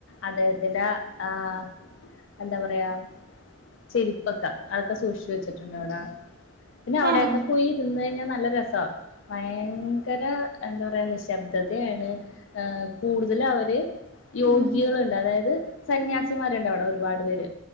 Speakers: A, on the left (about 65°); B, on the right (about 45°).
A: അദ്ദേഹത്തിന്റെ ആഹ് എന്താ പറയാ ചെരുപ്പക്കെ അതൊക്കെ സൂക്ഷിച്ചു വെച്ചിട്ടുണ്ട് അവിടാ പിന്നെ അവിടെയൊക്കെ
B: ഉം
A: പോയി ഇരുന്ന് കഴിഞ്ഞാ നല്ല രസാ ഭയങ്കര എന്താ പറയാ നിശബ്ദതയാണ് ഏഹ് കൂടുതല് അവര് യോഗികള്ണ്ട്
B: ഉം
A: അതായത് സന്യാസിമാരുണ്ട്
B: ഉം
A: അവിടെ ഒരുപാട് പേര്